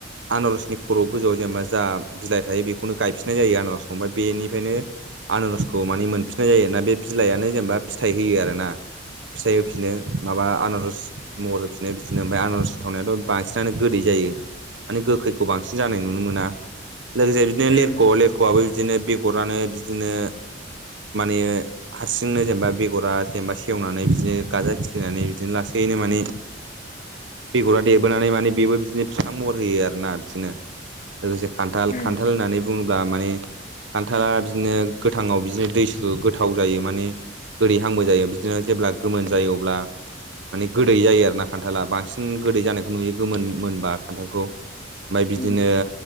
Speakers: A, on the right; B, on the left.
A: आनारसनि खर' गोजौआव जेनेबा जा बिलाइ थायो बेखौनो गायफिननाय जायो आनारसखौ ओमफाय बेनिफ्रायनो आनारसखौ माने मोनफिननाय जायो आरोना बे बिलाइयानो जेनेबा फिथाइ होयो आरोना फिथाइ होफिनो माबा आनारस महर होफिनो बिदिनो ओमफ्राय आनारस थावनायाथ' बांसिनानो गोदै जायो माने गोखैखौ बांसिन जानाय नुनो मोना लोगोसे बिदिनो
B: उम
A: लेरख' लेरख'आबो बिदिनो बेगर आनो बिदिनो माने हारसिंनो जेनेबा बेगरा जेनेबा सेवनानै बिदिनो गाजा खिलिनानै बिदिनो लासै नो माने बेग'रा देरबोनानै माने बेबो बिदिनो बिफां महर होयो आरोना बिदिनो लोगोसे खान्थाल
B: उम
A: खान्थाल होननानै बुङोब्ला माने खान्थाला बिदिनो गोथाङाव बिदिनो दैसु गोथाव जायो माने गोदैहांबो जायो बिदिनो जेब्ला गोमोन जायो अब्ला माने गोदै जायो आरोना खान्थाला बांसिन गोदै जानायखौ नुयो गोमोन मोनबा खान्थालखौ ओमफ्राय बिदिनो
B: उम